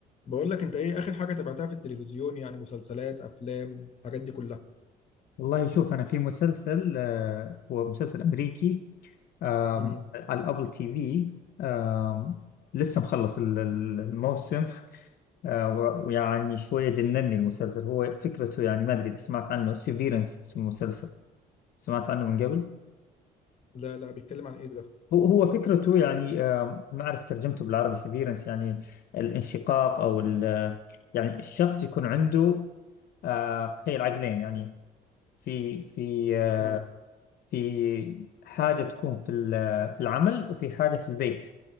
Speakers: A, on the left; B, on the left.
A: بقول لك انت ايه اخر حاجه تابعتها في التلفزيون يعني مسلسلات افلام الحاجات دي كلها
B: والله شوف انا في مسلسل آه، هو مسلسل امريكي آم،
A: امم
B: على الابل تي في آم، لسه مخلص ال- ال- الموسم <laughs> آه، و- ويعني شويه جنني المسلسل هو فكرته يعني ما ادري اذا سمعت عنه سيفيرنس اسم المسلسل سمعت عنه من قبل
A: لا لا بيتكلم عن ايه ده
B: هو هو فكرته يعني آم، ما اعرف ترجمته بالعربي سيفيرنس يعني الانشقاق او ال- يعني الشخص يكون عنده آه، تخيل عقلين يعني في في آه،
A: اه
B: في حاجة تكون في ال- في العمل وفي حاجة في البيت